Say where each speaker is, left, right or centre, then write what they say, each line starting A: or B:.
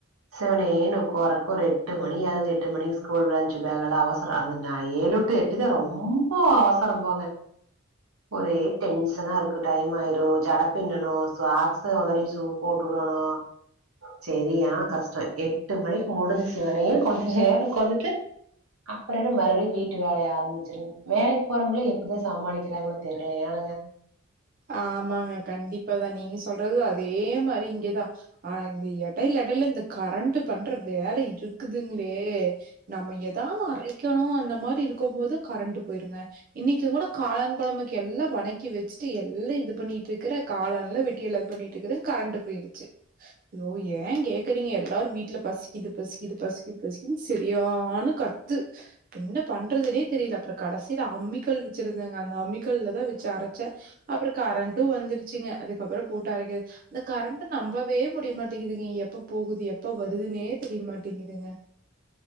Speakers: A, on the right; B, on the right.
A: சவனேன்னு உக்காரக்கு ஒரு எட்டு மணி ஆகுது எட்டு மணிக்கு ஸ்கூல் லன்ச்சு பேகெல அவச அது நா ஏழு டூ எட்டு தா ரொம்ப அவசரோ போங்க ஒரே டென்ஷனா இருக்கு டைம் ஆயிரும் ஜடை பின்னனு சாகஸ் ஒதரி ஓ போட்டு வுட்டானா செரியான கஷ்டோ எட்டு மணிக்கு முடிஞ்சு சிவனேன் கொஞ்சோ நேரோ உக்காந்துட்டு அப்றோனு மறுபடியும் வீட்டு வேலைய ஆரம்பிச்சிருவ வேலைக்கு போறவங்கலே எப்டிதா சமாளிக்கிறாங்ளோ தெரியல ஏனுங்க
B: ஆமாங்க கண்டிப்பாதா நீங்க சொல்றது அதே மாரி இங்க தா ஆனா இந்த எடைல எடைல இந்த கரண்ட் பண்ற வேலை இருக்குதுங்ளே நம்ம ஏதாவது அரைக்கணு அந்த மாரி இருக்குபோது கரண்ட்டு போயிருங்க இன்னைக்கு கூட காளான் குழம்புக்கு எல்லா வணக்கி வச்சு சி எல்லா இது பண்ணிட்டு இருக்கற காளான்லா வெட்டி எல்லா இது பண்ணிட்டு இருக்கற கரண்டு போயிடுச்சு சோ ஏன் கேக்குறீங்க எல்லாரு வீட்டுல பசிக்குது பசிக்குது பசிக்குது பசிக்குன்னு செ ரியான்ன கத்து என்ன பண்றதுனே தெரியல அப்றோ கடைசில அம்மிக்கல் வச்சிருந்தங்க அந்த அம்மிக்கல்லதா வச்சு அரைச்ச அப்ரோ கரண்ட்டு வந்துருச்சுங்க அதுக்கப்ரோ போட்டு அரைக்கது அந்த கரண்ட்ட் நம்பவே முடியமாட்டேங்குதுங்க எப்ப போகுது எப்ப வருதுனே தெரியமாட்டேங்குதுங்க